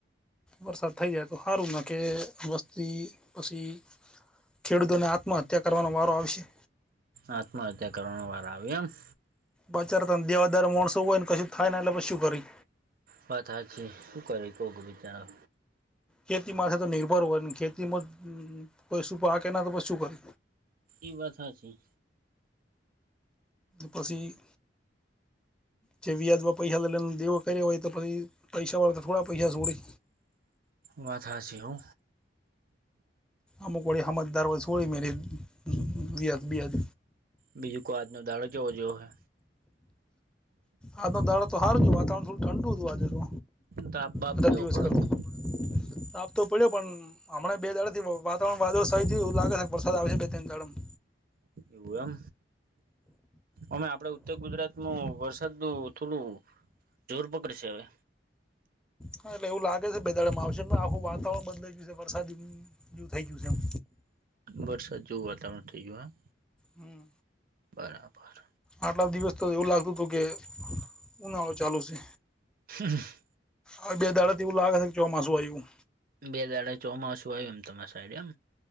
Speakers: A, in the centre; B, on the right.
A: વરસાદ થઈ જાય તો હારુ ના કે વસ્તી પછી ખેડૂતોને આત્મહત્યા કરવાનો વારો આવશે.
B: આત્મહત્યા કરવાના વારા આવે એમ.
A: બચાર તો મ દેવાદાર માણસો હોયને કશુ થાય ને એટલે પછ શું કરી.
B: વાત હાચી શું કરે કોક બીચારા.
A: ખેતી માથે તો નિર્ભર હોય ને ખેતીમાં કશું પાકે ના તો પછી શું કરે.
B: ઈ વાત હાચી.
A: પસી. જે વ્યાજમાં પૈસા લેને દેવો કર્યો હોય તો પહિ પૈસા વાળા તો થોડા પૈસા છોડે.
B: વાત હાચી હો.
A: અમુક વળી હમજદાર હોય સોડી મેલી વ્યાજ બ્યાજ.
B: બીજું કો આજનો દાડો કેવો જયો હે.
A: આજનો દાડો તો હારો ગયો વાતાવરણ થોડું ઠંડુ હતું આજે તો
B: તાપ બાપ
A: બધા
B: કેવો
A: દિવસ
B: કડક
A: કરતા. તાપ તો પડ્યો પણ. હમણા બે દહાડા થી વાતાવરણ વાદળ છાયું થયું લાગે હે કે વરસાદ આવે હે બે ત્રણ દાડામાં.
B: એવું એમ ઓમ આપડે ઉત્તર ગુજરાતમાં વરસાદ નું થોડું. જોર પકડશે હવે.
A: હા એટલે એવું લાગે છે બે દાડામાં આવશે આખું વાતાવરણ બદલાઈ ગયું છે વરસાદી બું થઈ ગયું છે એમ.
B: વરસાદ જોવું વાતાવરણ થઇ ગયું
A: હમ
B: હા બરાબર.
A: આટલા દિવસ તો એવું લાગતું હતું કે ઉનાળો ચાલુ છે.
B: હા હ.
A: આ બે દાડા થી એવું લાગે હે કે ચોમાસું આયવું.
B: બે દાડાથી ચોમાસું આવ્યું એમ તમાર સાઈડ એમ.